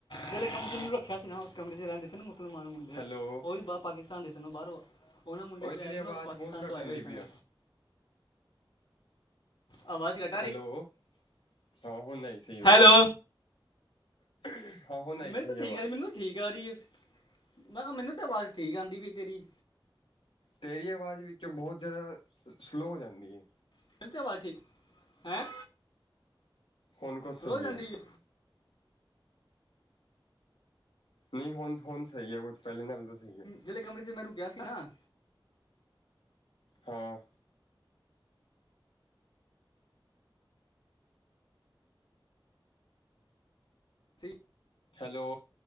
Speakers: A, on the left; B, on the left.
A: ਜਿਹੜੇ ਕਮਰੇ ਚ ਰੱਖਿਆ ਸੀ, ਨਾ ਉਸ ਕਮਰੇ ਚ ਰਹਿੰਦੇ ਸੀ ਨਾ ਮੁਸਲਮਾਨ ਮੁੰਡੇ।
B: ਹੈਲੋ
A: ਉਹੀ ਬ ਪਾਕਿਸਤਾਨ ਦੇ ਸਨ ਉਹ ਬਾਹਰੋ ਉਹ ਨਾ ਮੁੰਡੇ
B: ਓਏ
A: ਜਿਸ
B: ਤੇਰੀ
A: ਆਏ ਸੀ
B: ਆਵਾਜ਼
A: ਨਾ ਉਹ ਪਾਕਿਸਤਾਨ
B: ਬਹੁਤ
A: ਤੋਂ
B: ਘੱਟ
A: ਆਏ
B: ਆਉਂਦੀ
A: ਹੋਏ ਸਨ।
B: ਪਈ ਆ
A: ਆਵਾਜ਼ ਕੱ
B: ਹੈਲੋ, ਹਾਂ ਹੁਣ ਆਈ ਸਹੀ ਆਵਾਜ਼।
A: ਹੈਲੋ
B: <inaudible>
A: ਮੇਰੀ
B: ਸਹੀ
A: ਤਾਂ ਠੀਕ
B: ਆਵਾਜ਼
A: ਆ ਰਹੀ, ਮੈਨੂੰ ਠੀਕ ਆ ਰਹੀ ਐ, ਮੈਂ ਕਿਹਾ ਮੈਨੂੰ ਤਾਂ ਆਵਾਜ਼ ਠੀਕ ਆਂਦੀ ਪਈ ਤੇਰੀ।
B: ਤੇਰੀ ਆਵਾਜ਼ ਵਿੱਚੋਂ ਬਹੁਤ ਜ਼ਿਆਦਾ ਸਲੋਅ ਹੋ ਜਾਂਦੀ ਏ।
A: ਮੈਨੂੰ ਤੇ ਅਵਾਜ਼ ਠੀਕ, ਹੈਂ।
B: ਹੁਊ ਕੁਛ
A: ਹੋ
B: ਸਹੀ
A: ਜਾਂਦੀ
B: ਐ।
A: ਹੈ
B: ਨਹੀਂ ਹੁਣ ਹੁਣ ਸਹੀ ਐ ਕੁਛ, ਪਹਿਲੇ ਨਾਲੋ ਤਾਂ ਸਹੀ ਐ।
A: ਜਿਲੇ ਕਮਰੇ ਚ ਮੈਂ ਰੁਕਿਆ ਸੀ ਨਾ।
B: ਹਾਂ।
A: ਸਹੀ
B: ਹੈਲੋ।